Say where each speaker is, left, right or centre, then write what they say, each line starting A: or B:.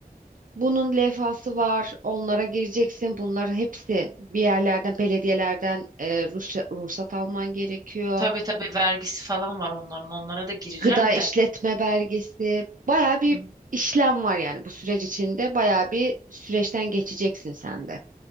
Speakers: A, on the right; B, on the right.
A: bunun levhası var. Onlara gireceksin. Bunların hepsi bir yerlerden, belediyelerden e, ruhsa- ruhsat alman gerekiyor.
B: Tabii tabii vergisi falan var onların. Onlara da gireceğim
A: Gıda işletme
B: de.
A: belgesi. Baya bir
B: Hı hı,
A: işlem var yani bu süreç içinde. Baya bir süreçten geçeceksin sen de.